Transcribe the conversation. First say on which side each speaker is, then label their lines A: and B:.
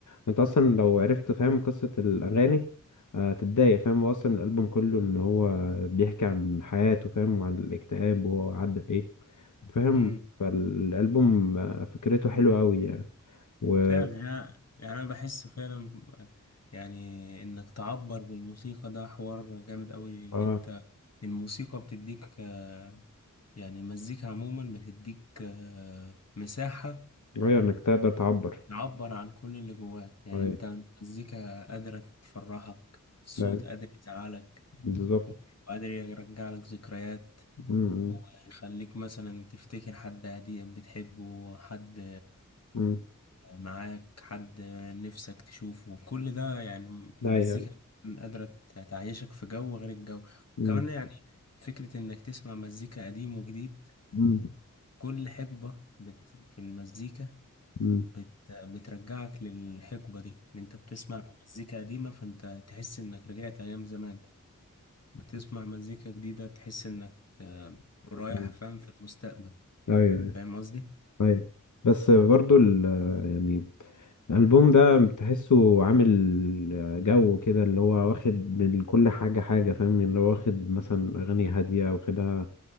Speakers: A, on the left; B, on the left.
A: وانت اصلا لو عرفت فاهم قصه الاغاني آه، تتضايق فاهم هو اصلا الالبوم كله ان هو بيحكي عن حياته فاهم وعن الاكتئاب وهو عدى بايه فاهم
B: امم
A: فالالبوم آه، فكرته حلوه قوي يعني و
B: فعلا يعني يعني أنا بحس فعلا ب- يعني إنك تعبر بالموسيقى ده حوار جامد أوي إن
A: اه
B: أنت الموسيقى بتديك آه، يعني المزيكا عموما بتديك آه، مساحة
A: ايوه انك تقدر تعبر
B: تعبر عن كل اللي جواك يعني
A: ايوه
B: أنت المزيكا قادرة تفرحك الصوت
A: ده-
B: قادر يزعلك
A: بالظبط
B: وقادر يرجع لك ذكريات
A: امم امم
B: ويخليك مثلا تفتكر حد قديم بتحبه حد
A: أمم.
B: معاك حد نفسك تشوفه كل ده يعني المزيكا
A: ايوه
B: قادرة تعيشك في جو غير الجو
A: امم
B: كمان يعني فكرة إنك تسمع مزيكا قديم وجديد
A: امم
B: كل حقبة بت في المزيكا
A: أمم.
B: بت بترجعك للحقبة دي إن أنت بتسمع مزيكا قديمة فأنت تحس إنك رجعت أيام زمان بتسمع مزيكا جديدة تحس إنك آه، رايح
A: مم.
B: فاهم في المستقبل
A: ايوه ايوه
B: فاهم قصدي؟
A: أيوه. بس برضو ال يعني الالبوم ده بتحسه عامل جو كده اللي هو واخد من كل حاجه حاجه فاهم اللي هو واخد مثلا اغاني هاديه واخدها